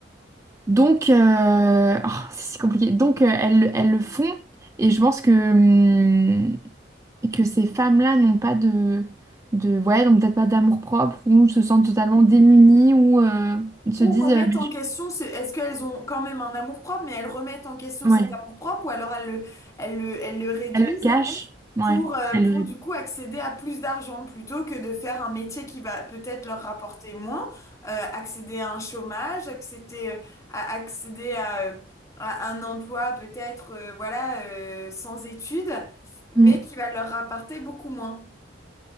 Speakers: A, on the right; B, on the left.
A: Donc, euh, oh, c'est si compliqué. Donc, euh, elles, elles le font et je pense que, hmm, et que ces femmes-là n'ont pas de, de ouais, donc peut-être pas d'amour-propre ou se sentent totalement démunies ou euh, se
B: Ou
A: disent
B: remettent
A: euh, mais
B: en
A: je-
B: question, c'est, est-ce qu'elles ont quand même un amour-propre, mais elles remettent en question
A: ouais,
B: cet amour-propre, ou alors elles le, elles le, elles le réduisent
A: elles le cachent. Ouais,
B: pour, euh,
A: elles
B: pour
A: le-
B: du coup accéder à plus d'argent, plutôt que de faire un métier qui va peut-être leur rapporter moins, euh, accéder à un chômage, accéder, euh, à, accéder à, euh, à un emploi peut-être euh, voilà, euh, sans études, mais
A: Mm.
B: qui va leur rapporter beaucoup moins.